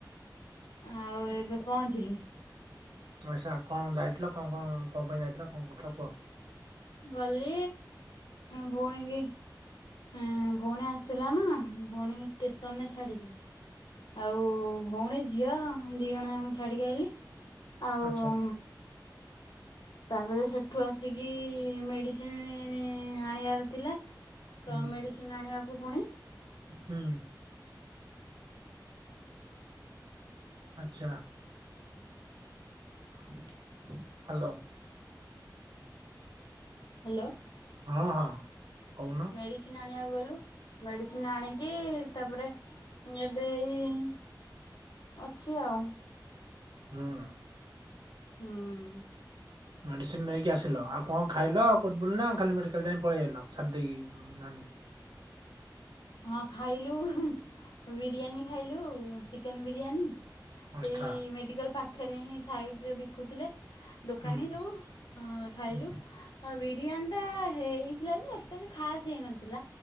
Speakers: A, on the left; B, on the right.
A: ଆଉ ଏବେ ପହଞ୍ଚିଲି।
B: ଆଛା କଣ ଯାଇଥିଲ କଣ କଣ କଣ ପାଇଁ ଯାଇଥିଲ କଣ କଲ କୁହ?
A: ଗଲି ଭଉଣୀ କି ହଁ ଭଉଣୀ ଆସିଥିଲା ନା ଭଉଣୀ କୁ ଷ୍ଟେସନରେ ଛାଡିିଲି ଆଉ ଭଉଣୀ ଝିଅ ଦି ଜଣ ଯାଙ୍କୁ ଛାଡିକି ଆଇଲି। ଆଉ
B: ଆଚ୍ଛା
A: ଉ ତାପରେ ସେଠୁ ଆସିକି ମେଡିସିନ ଆଣିବାର ଥିଲା। ତ
B: ହୁଁ
A: ମେଡିସିନ ଆଣିବାକୁ ପୁଣି
B: ହୁଁ। ଆଛା ହ୍ୟାଲୋ।
A: ହାଲୋ।
B: ହଁ ହଁ। କହୁନ
A: ମେଡିସିନ ଆଣିବାକୁ ଗଲୁ। ମେଡିସିନ ଆଣିକି ତାପରେ ଏବେ ଏଇ। ଅଛି ଆଉ।
B: ହଁ।
A: ହୁଁ।
B: ମେଡିସିନ ନେଇକି ଆସିଲ, ଆଉ କଣ ଖାଇଲ କୋଉଠି ବୁଲିଲ, ଖାଲି ମେଡିକାଲ ଯାଇ ପଳେଇଆଇ ଲ, ଆସିଲ ଛାଡି ଦେଇକି।
A: <inaudible>
B: ନାନୀ
A: ହଁ ଖାଇଲୁ, ବିରିୟାନୀ ଖାଇଲୁ, ଚିକେନ ବିରିୟାନୀ।
B: ଆଚ୍ଛା
A: ସେଇ ମେଡିକାଲ ପାଖରେ ହିଁ ସାଇଡ ରେ ବିକୁଥିଲେ। ଦୋକାନୀ
B: ହୁଁ
A: ଯଉ, ହଁ ଖାଇଲୁ
B: ହୁଁ
A: ଆଉ, ବିରିୟାନୀ ଟା ହେଇଥିଲା ଯେ। ଏତେ ବି ଖାସ୍ ହେଇନଥିଲା,